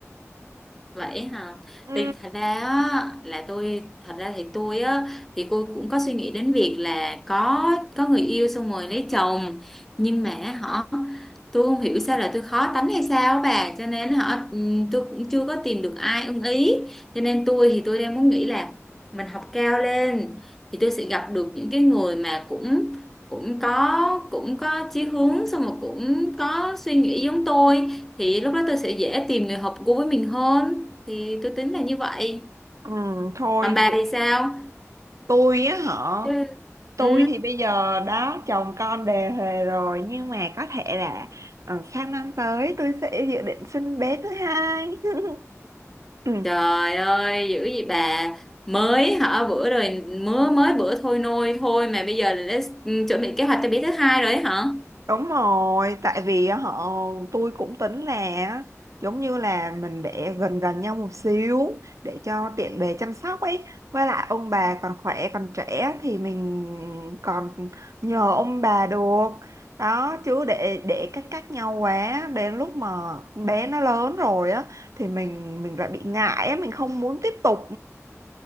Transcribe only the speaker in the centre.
vậy hả
thì thật ra á, là tôi thật ra thì tôi á thì cô cũng có suy nghĩ đến việc là có có người yêu xong rồi lấy chồng nhưng mà họ tôi không hiểu sao là tôi khó tánh hay sao á bà cho nên họ tôi cũng chưa có tìm được ai ưng ý cho nên tôi thì tôi đang muốn nghĩ là mình học cao lên thì tôi sẽ gặp được những cái người mà cũng cũng có cũng có chí hướng xong rồi cũng có suy nghĩ giống tôi thì lúc đó tôi sẽ dễ tìm người hợp gu với mình hơn thì tôi tính là như vậy
còn bà
thì sao
ừ.
Ừ.
Trời ơi, dữ gì bà mới hả bữa rồi mới mới bữa thôi nôi thôi mà bây giờ là đã ừ, chuẩn bị kế hoạch cho bé thứ hai rồi ấy hả?